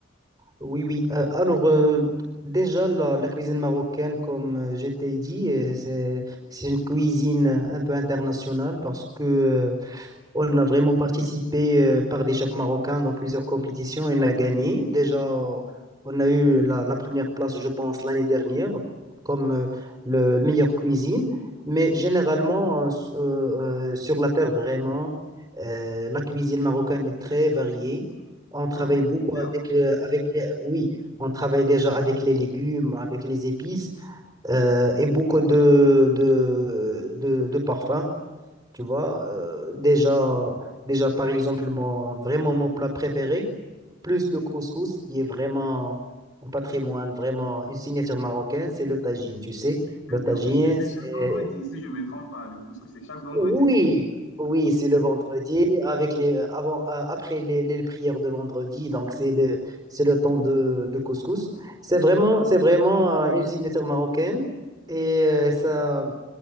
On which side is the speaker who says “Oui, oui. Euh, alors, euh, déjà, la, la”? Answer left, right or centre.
Right